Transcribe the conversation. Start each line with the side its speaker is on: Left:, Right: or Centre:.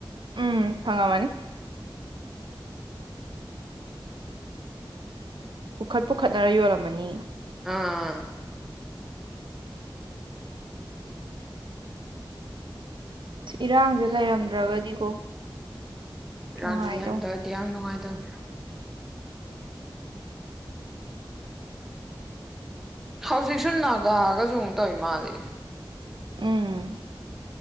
Right: ꯎꯝ ꯐꯪꯉꯝꯃꯅꯤ ꯄꯨꯈꯠ ꯄꯨꯈꯠꯅꯔ ꯌꯣꯜꯂꯝꯃꯅꯤ
Centre: ꯑꯥ
Right: ꯏꯔꯥꯡꯁꯦ ꯂꯩꯔꯝꯗ꯭ꯔꯒꯗꯤꯀꯣ
Centre: ꯏꯔꯥꯡꯖꯤ
Right: ꯅꯨꯡꯉꯥꯏꯗꯧ
Centre: ꯂꯩꯝꯗ꯭ꯔꯗꯤ ꯌꯥꯝ ꯅꯨꯡꯉꯥꯏ <inaudible> ꯍꯧꯖꯤꯛ ꯁꯨ ꯅꯥꯒꯥ ꯒꯁꯨ ꯑꯃꯨꯛ ꯇꯧꯢ ꯃꯥꯜꯂꯦ
Right: ꯎꯝ